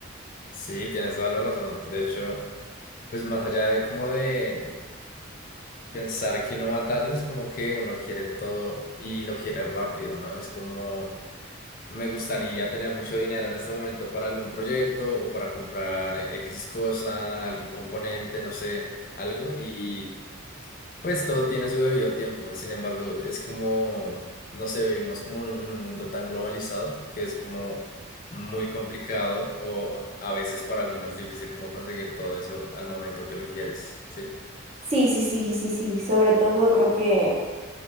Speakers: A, on the left (about 40°); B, on the right (about 30°).
A: sí, tienes toda la razón. De hecho, pues más allá de como de pensar que uno va tarde es como que uno quiere todo y lo quiere rápido, ¿no? Es como me gustaría tener mucho dinero en este momento para algún proyecto o para comprar X cosa, algún componente, no sé, algo y pues todo tiene su debido tiempo. Sin embargo, es como, no sé, vivimos como en un en un mundo tan globalizado que es como muy complicado o a veces para algunos difícil como conseguir todo eso al momento que lo quieres, ¿sí?
B: Sí, sí, sí, sí, sí, sobre todo creo que